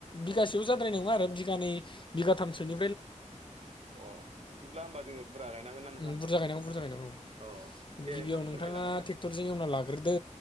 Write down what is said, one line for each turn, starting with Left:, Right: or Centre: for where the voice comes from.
Left: बिगासेयाव
Right: औ
Left: जाद्राय नङा आरो बिगानै बिगाथामसोनि
Right: अ बिदिब्ला होमबा जोङो बुरजा गायनांगोन ना नोंथां?
Left: उम बुरजा गायनांगौ बुरजा गायनांगौ
Right: औ दे
Left: गिबियाव
Right: नोंथां
Left: नोंथाङा
Right: फोरमायलांबाय था
Left: ट्रेक्टरजों एवना लाग्रोदो